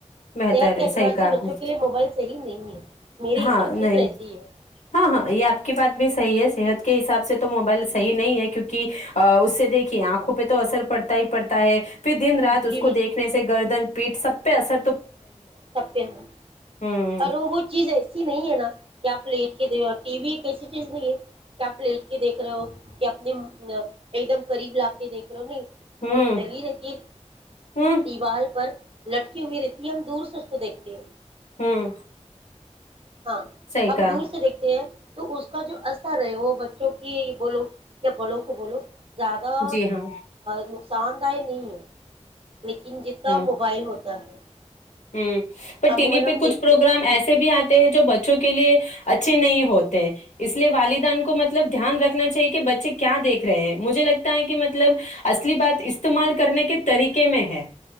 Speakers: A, on the left (about 85°); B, on the right (about 50°).
A: بہتر
B: صحت کے
A: ہے
B: اعتبار
A: صحیح کہا
B: سے
A: آپ
B: بچوں
A: نے
B: کے لیے موبائل صحیح نہیں ہے میرے
A: ہاں
B: حساب
A: نہیں
B: سے تو ایسے ہی ہے
A: ہاں ہاں یاد کی بات بھی صحیح ہے صحت کے حساب سے تو موبائل صحی نہیں ہے کیونکہ اس سے دیکھیے آنکھوں پہ تو اثر پڑتا ہی پڑتا ہے پھر دن رات اس
B: جی
A: کو دیکھنے سے گردن پیٹ سب پہ ار
B: سبہ ہ
A: ہوں
B: اور وہ وہ چیز ہے نہیں ہے نا کیا پلیٹ کے د رہ ہو ٹی وی ایک ایسی چیز نہیں ہے کیا پلیٹ کے دیکھ رہے ہو یا اپنے ایک دم قریب لا کے دیکھ رہے ہو نہیں
A: ہوں
B: اور دلیل نتی
A: ہوں
B: دیوال پر لٹکی ہوئی رہتی یہ ہم دور سے اس کو دیکھتے ہیں
A: ہوں
B: ہاں
A: صحیح
B: ہم
A: کہا
B: دور سے دیکھتے ہیں تو اس کا جو اثر ہے وہ بچوں کی بولو یا بڑوں کو بولو زیادہ
A: جی ہاں
B: ن ساندہ نہیں لیکن جتنا
A: ہوں
B: موبائل ہوتا ہے
A: ہوں پر
B: عموما
A: ٹی وی پہ
B: ہم
A: کچھ
B: دیکھتے
A: پروگرام
B: ہیں جی
A: ایسے بھی آتے ہیں جو بچوں کے لیے اچھے نہیں ہوتے اس لیے والدان کو مطلب دھیان رکھنا چاہیے کہ بچے کیا دیکھ رہے ہیں مجھے لگتا ہے کہ مطلب اصلی بات استعمال کرنے کے طریقے میں ہے